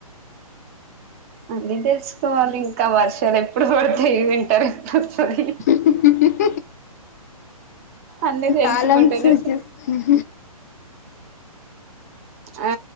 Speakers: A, on the right (about 25°); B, on the left (about 25°).
A: అళ్ళీ తెలుసుకోవాలి ఇంకా వర్షాలు ఎప్పుడు పడితాయి వింటారు ఎప్పుడు వస్తుంది
B: చెే
A: అన్నే తెలుసుకుంటాను
B: కాలం సూచిస్తుంది
A: ఆ